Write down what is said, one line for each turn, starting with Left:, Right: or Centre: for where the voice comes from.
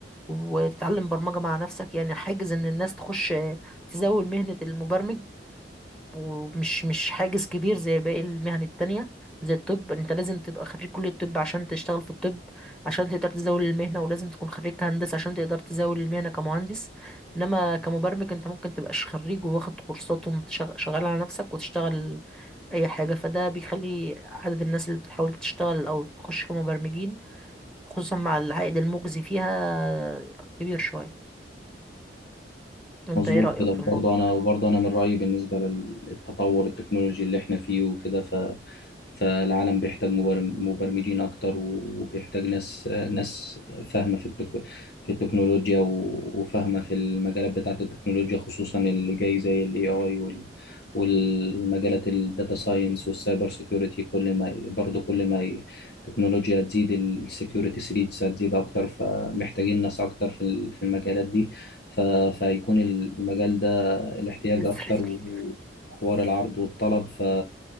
Centre: وتتعلم برمجة مع نفسك يعني حاجز ان الناس تخش تزاول مهنة المبرمج ومش مش حاجز كبير زي باقي المهن التانية زي الطب انت لازم تبقى خريج كلية الطب عشان تشتغل في الطب عشان تقدر تزاول المهنة ولازم تكون خريج هندسة عشان تقدر تزاول المهنة كمهندس انما كمبرمج انت ممكن تبقاش خريج وواخد كورسات وشغال على نفسك وتشتغل اي حاجة فده بيخلي عدد الناس اللي بتحاول تشتغل او تخش كمبرمجين خصوصا مع العائد المجزي فيها كبير شوية وانت
Left: مظبوط
Centre: ايه رأيك
Left: كده وبرضه
Centre: في الموضوع؟
Left: انا وبرضه انا من رايي بالنسبه للتطور التكنولوجي اللي احنا فيه وكده فالعالم بيحتاج مبر- مبرمجين اكتر وبيحتاج ناس ناس فاهمه في التك... في التكنولوجيا و- وفاهمه في المجالات بتاعه التكنولوجيا خصوصا اللي جاي زي الاي اي وال... والمجالات الداتا ساينس والسايبر سيكيورتي كل ما ي- برضه كل ما ي- التكنولوجيا تزيد السكيورتي ثريتس هتزيد اكتر فمحتاجين ناس اكتر في ال- في المجالات دي ف... فيكون المجال ده الاحتياج
Centre: Threatening.
Left: اكتر و- وحوار العرض والطلب ف...